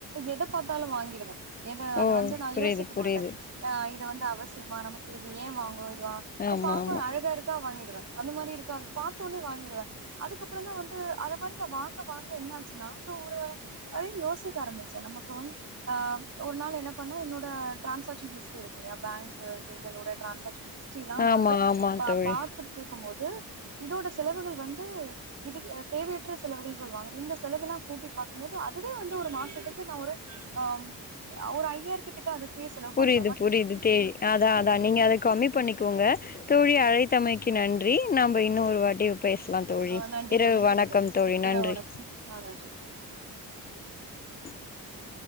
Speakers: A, on the right; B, on the left.
A: எத பாத்தாலும் வாங்கிடுவேன் எத அத
B: ஓ
A: வந்து நா
B: புரியுது
A: யோசிக்க
B: புரியுது
A: மாட்டேன் ஆ இது வந்து அவசியமா நமக்கு இது ஏன் வாங்குனும் இத
B: ஆமா
A: பாக்க
B: ஆமா
A: அழகா இருக் சுனா வாங்கிடுவேன் அந்த மாரி இருக்க அத பாத்தோனே வாங்கிடுவேன் அதுக்கப்பறம் தான் வந்து அத மாறி நான் வாங்க வாங்க என்ன ஆச்சுன்னா அப்றோ ஒரு அதே யோசிக்க ஆரம்ச்சேன் நமக்கு வந்து ஆ ஒரு நாள் என்ன பண்ணே என்னோட டிரான்சாக்ஷன் ஹிஸ்ட் ட்ரி எடுக்கைலயா பேங்க் டீட்டைல் டிரான்சாகஷன் ஹிஸ்ட்ரி எல்லாம் நா
B: ஆமா
A: வந்து
B: ஆமா தோழி
A: பாத்து ருக்கும் போது இதோட செலவுகள் வந்து இது தேவயற்ற செலவுகள் சொல்லுவாங்க இந்த செலவெலாம் கூட்டி பாக்கும்போது அதுவே வந்து ஒரு மாசத்துக்கு நா ஒரு ஆ ஒரு ஐயாயிரத்து கிட்ட அதுக்கே செலவு
B: புரியுது
A: பண்ணே
B: புரியுது தேய் அதான் அதான் நீங்க அத கம்மி பண்ணிக்கோங்க தோழி அழை த்தமைக்கு நன்றி நம்ப இன்னும் ஒரு வாட்டி பேசலாம் தோழி
A: ஆ நன்றி
B: இரவு
A: தோழி நன்றி
B: வணக்கம் தோழி நன்றி
A: இரவு வணக்கம் ஆ நன்றி
B: <inaudible>